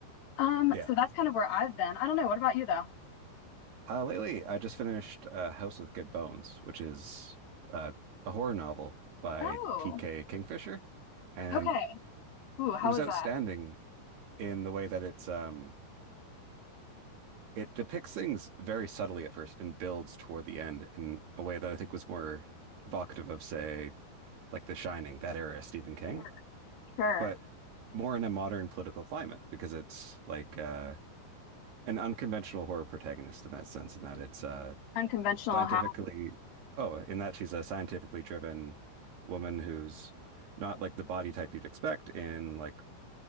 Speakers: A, on the left (about 75°); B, on the right (about 70°).
A: Um,
B: Yeah.
A: so that's kind of where I've been. I don't know. What about you though?
B: Uh, lately, I just finished uh, House with Good Bones, which is uh, a horror novel by
A: Oh,
B: T.K. Kingfisher, and
A: okay. Ooh, how
B: it was
A: was
B: outstanding
A: that?
B: in the way that it's um, it depicts things very subtly at first and builds toward the end in a way that I think was more evocative of, say, like The Shining, that era of Stephen King,
A: Sure. Sure.
B: but more in a modern political climate because it's like uh, an unconventional horror protagonist in that sense, in that it's uh,
A: Unconventional
B: scientifically,
A: how?
B: oh, in that she's a scientifically driven woman who's not like the body type you'd expect in like